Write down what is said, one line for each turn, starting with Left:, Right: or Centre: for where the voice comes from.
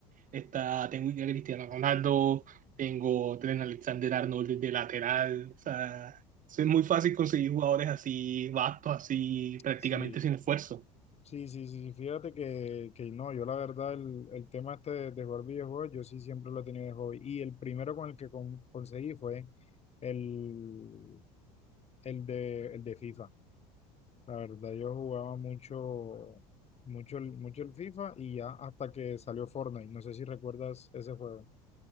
Right: está, tengo a Cristiano Ronaldo, tengo a Trent Alexander-Arnold de lateral. O sea, es muy fácil conseguir jugadores así, vastos, así, prácticamente
Left: Sí,
Right: sin esfuerzo.
Left: sí, sí, sí, sí, fíjate que, que no, yo la verdad el, el tema este de, de jugar videojuegos, yo sí siempre lo he tenido de hobby. Y el primero con el que con- conseguí fue el, el de, el de FIFA. La verdad, yo jugaba mucho, mucho, el- mucho el FIFA y ya hasta que salió Fortnite. No sé si recuerdas ese juego.